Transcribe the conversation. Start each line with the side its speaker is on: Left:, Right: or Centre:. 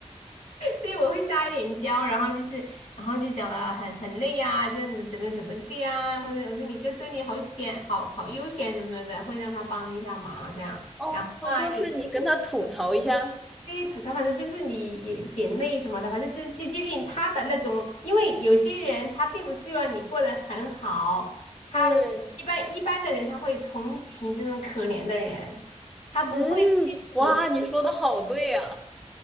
Left: 对，我会撒一点娇，然后就是，然后就讲的很很累呀、这样子怎么怎么的呀、或者我说你在这里好显好好悠闲怎么的，会让他帮一下忙这样。
Centre: <laughs> 哦，
Left: 然后啊，
Centre: 就是你跟他吐槽一下。
Left: 有非吐槽，反正就是你有点累什么的，反正就就接近他的那种，因为有些人他并不希望你过得很好，他一般一般的人他会同情这种可怜的人，
Centre: 对，
Left: 他不会去
Centre: 嗯，哇，你说的好对呀。